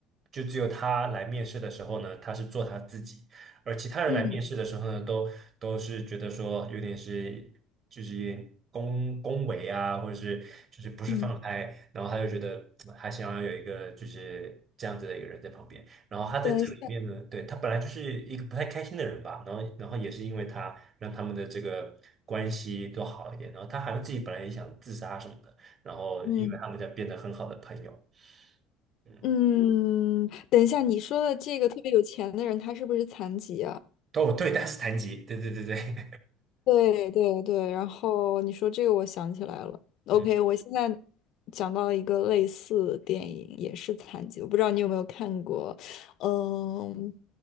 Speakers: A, on the right (about 40°); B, on the left (about 60°).
A: 就只有他来面试的时候呢，他是做他自己。而其他人来面试的时候呢，
B: 嗯。
A: 都都是觉得说有点是就是有点恭恭维啊，或者是就是不是放开，
B: 嗯，
A: 然后他就觉得嗯还想要有一个就是这样子的一个人在旁边。然后他在这里面呢，
B: 等一下，
A: 对，他本来就是一个不太开心的人吧，然后然后也是因为他让他们的这个关系都好一点，然后他好像自己本来也想自杀什么的，然后因为他们就变得很好的朋友，
B: 嗯
A: 嗯，
B: 嗯，等一下，你说的这个特别有钱的人，他是不是残疾啊？
A: 哦对，他是残疾，对对对对，
B: 对对对，然后你说这个，我想起来了。
A: <laughs>
B: OK，
A: 嗯，
B: 我现在讲到一个类似的电影，也是残疾，我不知道你有没有看过，嗯